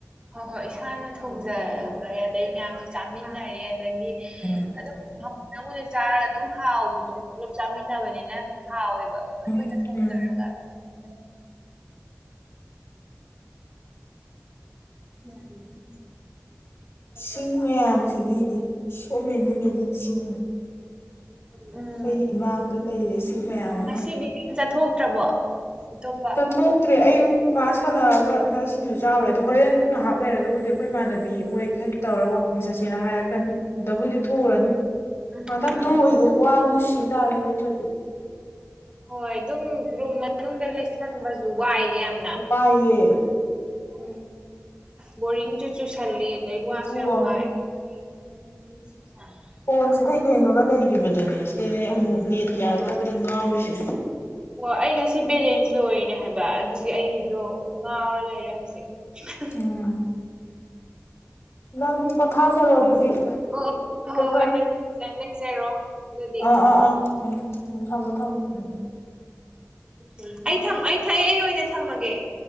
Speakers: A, on the right; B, on the left.
A: ꯍꯣ ꯍꯣꯏ ꯏꯁꯥꯅ ꯊꯣꯡꯖꯈ꯭ꯔꯦ ꯑꯗꯩ ꯃꯌꯥꯝꯁꯨ ꯆꯥꯃꯤꯟꯅꯔꯦ ꯑꯗꯒꯤ
B: ꯎꯝ
A: ꯑꯗꯨ <unintelligible> ꯆꯥꯔꯒ ꯑꯗꯨꯝ ꯍꯥꯎꯕꯗꯣ ꯄꯨꯂꯞ ꯆꯥꯃꯤꯟ ꯅꯕꯅꯤꯅ ꯍꯥꯎꯋꯦꯕ ꯑꯈꯣꯏꯅ
B: ꯎꯝ
A: ꯊ‌ꯣꯡꯖꯔꯒ
B: ꯎꯝ
A: <unintelligible> ꯑꯗꯩꯗꯤ ꯃ‌ꯦꯆꯤꯟ
B: ꯁꯤꯡ ꯃꯌꯥꯝꯁꯤꯗꯤ ꯁꯣ ꯃꯦꯅꯤ ꯃꯦꯅꯤ ꯆꯤꯡ
A: ꯎꯝ
B: ꯑꯩꯒꯤ ꯏꯃꯥꯡꯗ ꯂꯩꯔꯦ ꯁꯤꯡ ꯃꯌꯥꯝ ꯑꯝꯃꯥ
A: ꯉꯁꯤꯗꯤ ꯀꯩꯝ ꯆꯠꯊꯣꯛꯇ꯭ꯔꯕꯣ ꯑꯇꯣꯞꯄ
B: ꯊꯣꯛꯇ꯭ꯔꯦ ꯑꯌꯨꯛ ꯀꯂꯥꯁ ꯍꯂꯥ ꯑꯒ ꯉꯁꯥꯏ ꯁꯤꯡꯖꯨ ꯆꯥꯎꯔꯦ ꯑꯗꯣ ꯍꯣꯔꯦꯟ ꯉꯍꯥꯛ ꯂꯩꯔꯒꯕꯨꯗꯤ ꯑꯈꯣꯏ ꯏꯃꯥꯟꯅꯕꯤ ꯃꯣꯏꯈꯩ ꯇꯧꯔ ꯋꯥꯛꯀꯤꯡ ꯆꯠꯁꯦꯅ ꯍꯥꯏꯔꯛꯀꯅꯤ ꯑꯗ ꯕꯨꯗꯤ ꯊꯣꯎꯔ ꯅꯤ
A: ꯎꯝ
B: ꯉꯍꯥꯇꯪ ꯊꯣꯎꯏꯒ‌ꯦ ꯋꯥꯕꯅ ꯁꯤ ꯇꯥꯔꯦ ꯅꯠꯇ꯭ꯔꯗꯤ
A: ꯍꯣꯏ ꯑꯗꯨꯝ ꯔꯨꯝ ꯃꯅꯨꯡꯗ ꯂꯩꯁꯟꯕꯖꯨ ꯋꯥꯏ ꯌꯥꯝ
B: ꯅꯨꯄꯥꯏ ꯌꯦ
A: ꯎꯝ ꯕꯣꯔꯤꯡꯖꯨ ꯆꯨꯁꯜꯂꯤ ꯑꯗꯩ
B: ꯈꯨꯠꯆꯨ
A: ꯋꯥꯁꯨ ꯌꯥꯝ
B: ꯑꯃꯅꯦ
A: ꯋꯥꯏ <unintelligible>
B: ꯐꯣꯟ ꯁꯤꯗ ꯌꯦꯡꯉꯒ ꯂꯩꯒꯤꯕꯗꯅꯦ ꯁꯤꯗꯅꯦ ꯑꯃꯨ ꯑꯃꯨꯛ ꯅꯦꯠ ꯌꯥꯔꯛꯇꯕꯗ ꯉꯥꯎꯔꯤꯁꯦ
A: ꯑꯣ ꯑꯩ ꯉꯁꯤ ꯕꯦꯂꯦꯟꯁ ꯂꯣꯏꯔꯤꯅꯦ ꯍꯥꯏꯕ ꯑꯗꯨꯒꯤ ꯑꯩꯗꯣ ꯉꯥꯎꯔ ꯂꯩꯔꯦ ꯍꯧꯖꯤꯛ <unintelligible>
B: ꯎꯝ ꯅꯪ ꯄꯣꯊꯥꯖꯔꯣ ꯑꯗꯨꯗꯤ
A: ꯍ‌ꯣ ꯍꯣ
B: ꯐꯔꯦ
A: ꯍꯣ ꯍꯣꯏ ꯅꯪ ꯖꯨ ꯐꯖꯟ ꯂꯩꯖꯔꯣ ꯑꯗꯨꯗꯤ
B: ꯑ ꯑ ꯑ ꯎꯝ ꯎꯝ ꯊꯝꯃ‌ꯣ ꯊꯝꯃ‌ꯣ‌ ꯎꯝ ꯎꯝ
A: ꯎꯝ ꯑꯩ ꯊꯝ ꯑꯩ ꯊꯑꯦ ꯑꯩ ꯑꯣꯏꯅ ꯊꯝꯃꯒꯦ